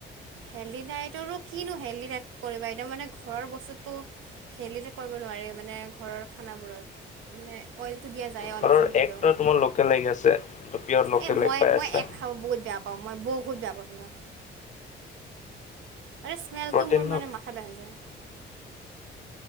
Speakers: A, on the right; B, on the left.
A: হেল্ডি ডাইটৰো কিনো হেল্ডি ডাইট কৰিবা একদম মানে ঘৰৰ বস্তুটো হেল্ডি যে কৰিব নোৱাৰি মানে ঘৰৰ খানাবোৰত মানে অইলটো দিয়া যায়
B: ঘৰৰ
A: অলপ - চলপ হ'লেও,
B: একটো তোমাৰ লোকেল এগ আছে। পিয়ৰ লোকেল
A: এই মই
B: এগ পাই
A: মই
B: আছা।
A: এক খাব বহুত বেয়া পাওঁ, মই বহুত বেয়া পাওঁ কিবা আৰে স্মেলটো
B: প্ৰটিন
A: মোৰ
B: ন
A: মানে মাথা বেয়া হৈ যায়।